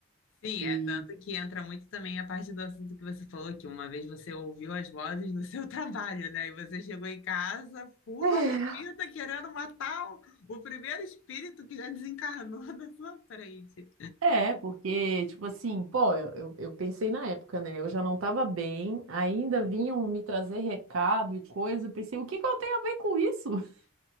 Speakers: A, on the left (about 65°); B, on the right (about 75°).
A: Sim,
B: E
A: é tanto que entra muito também a parte do assunto que você falou, que uma vez você ouviu as vozes no <laughs> seu trabalho, né? E você chegou em casa, pula
B: É.
A: da vida, querendo matar o, o primeiro espírito que já desencarnou <laughs> da sua frente.
B: é, porque, tipo assim, pô, eu, eu, eu pensei na época, né? Eu já não tava bem, ainda vinham me trazer recado e coisa. Eu pensei, o que que eu tenho a ver com isso? <laughs>